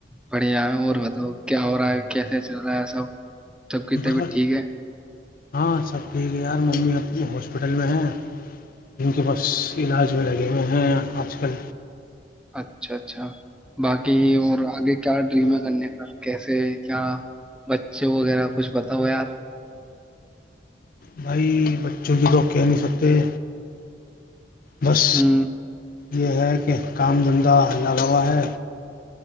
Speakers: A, in the centre; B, on the left.
A: بڑھیا اور بتؤ کیا ہو رہا ہے کیسے چل رہا ہے سب سب کی طبیعت
B: بس
A: ٹھیک ہے
B: ہاں سب ٹھیک ہے یار ممی اپنے ہاسپٹل میں ہیں جن کے بس علاج میں لگے ہوئے ہیں آج کل
A: اچھا اچھا باقی اور آگے کیا ڈریم ہے کرنے کا کیسے کیا بچے وغیرہ کچھ بتا ہوا ہے یار
B: بھائی بچوں کی توھوکھہ نہیں ستے بس
A: ہوں
B: یہ ہے کہ کام دھندہ لگا ہوا ہے